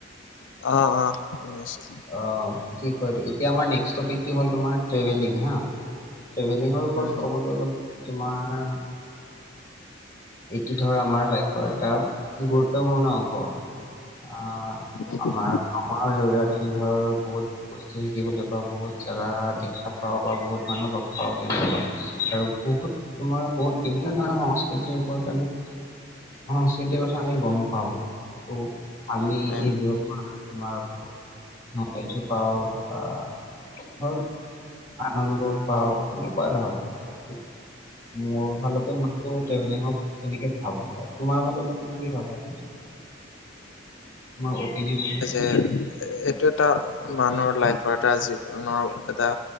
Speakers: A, on the left; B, on the left.
A: অ', শুনি অ, আছো
B: অ', কি কয়? এতিয়া আমাৰ নেক্স টপিক কি হ'ল তোমাৰ ট্ৰেভেলিং হা। ট্ৰেভেলিঙৰ ওপৰত
A: উম হম
B: ক'বলৈ গ'লে তোমাৰ এইটো ধৰ আমাৰ লাইফৰ এটা গুৰুত্বপূৰ্ণ অংশ আহ
A: উম
B: আমাৰ
A: হম
B: আমাৰ জৰিয়তে ধৰ বহুত বস্তু শিকিবলৈ বা বহুত জাগা দেখা পাও, বা বহুত মানুহ লগ পাও। তেনেকুৱা আৰু বহুত তোমাৰ বহুত বিভিন্ন ধৰণৰ সংস্কৃতিৰ ওপৰত আমি সংস্কৃতিৰ কথা আমি গম পাওঁ। ত', আমি
A: উম
B: এইবোৰৰ পৰা তোমাৰ বহুত নলেজো পাও আ আনন্দও পাওঁ, তেনেকুৱা ধৰ মোৰ
A: হম।
B: ফালতে মানুহ ট্ৰেভেলিঙ হওঁক তেনেকে ভাবো আৰু তোমাৰ ফালৰ পৰা তুমি কি ভাবা? তোমাৰ অপেনিয়নটো কি হয়?
A: খেল। এ এইটো এটা মানুহৰ লাইফৰ এটা জীৱনৰ এটা